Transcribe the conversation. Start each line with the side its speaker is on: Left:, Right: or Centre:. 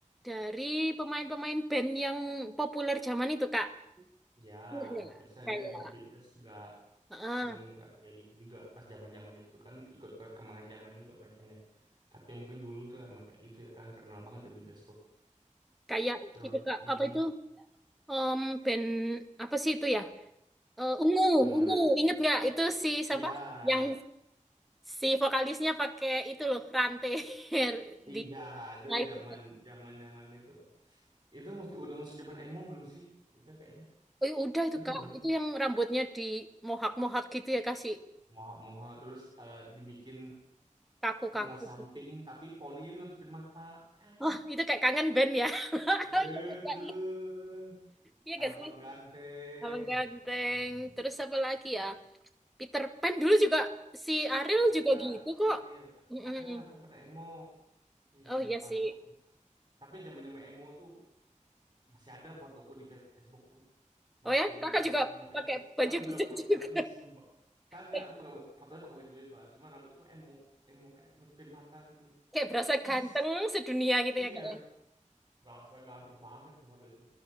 Centre: dari pemain-pemain band yang populer zaman itu Kak.
Right: Ya,
Centre: Iya, iya.
Right: biasanya
Centre: Kayak
Right: The Beatles juga
Centre: ah,
Right: sering apa ya gitu juga pas zaman-zaman itu kan ikut perkembangan zaman juga merekanya. Tapi mungkin dulu tuh emang kayak gitu ya kan terkenal banget The Beatles tuh.
Centre: kayak
Right: Terus
Centre: itu Kak,
Right: mm,
Centre: apa itu? Em, band apa sih itu ya? Eh, ungu,
Right: yang mana?
Centre: ungu, inget nggak itu si
Right: Ya,
Centre: siapa? Yang si vokalisnya pakai itu loh rantai <laughs>
Right: iya
Centre: di
Right: itu
Centre: nah itu
Right: zaman
Centre: Kak.
Right: zaman zaman itu. Itu mas- udah masuk zaman emo belum sih? Itu kayaknya.
Centre: Oh, ya udah itu
Right: Udah
Centre: Kak,
Right: belum ya?
Centre: itu yang rambutnya di mohak-mohak gitu ya kasih
Right: Moha-moha terus eh, dibikin
Centre: kaku-kaku
Right: belah samping
Centre: gitu.
Right: tapi poninya nutupin mata. Ah.
Centre: Oh, itu kayak kangen band ya. <laughs>
Right: Aduh,
Centre: Iya, Kak. Iya
Right: abang
Centre: gak sih?
Right: ganteng.
Centre: Abang ganteng. Terus apa lagi ya? Peter Pan dulu juga si Ariel
Right: Ada
Centre: juga gitu kok.
Right: Ariel,
Centre: Mm-mm.
Right: ada rambutnya pernah emo. Ih,
Centre: Oh
Right: sumpah
Centre: iya sih.
Right: itu kok bisa. Tapi zaman-zaman emo tuh masih ada fotoku di Facebook tuh. Masih
Centre: Oh ya, kakak
Right: zaman-zaman
Centre: juga pakai
Right: emo.
Centre: baju
Right: Ada
Centre: gitu
Right: pernah,
Centre: <laughs> juga.
Right: ih sumpah. Tak nggak,
Centre: Kayak
Right: aku pakai fotonya pakai baju bebas, cuma rambutku emo, emo kayak nutupin mata gitu loh.
Centre: kayak berasa ganteng
Right: Is,
Centre: sedunia gitu
Right: iya,
Centre: ya kak. ya.
Right: bahasa ganteng banget di foto itu.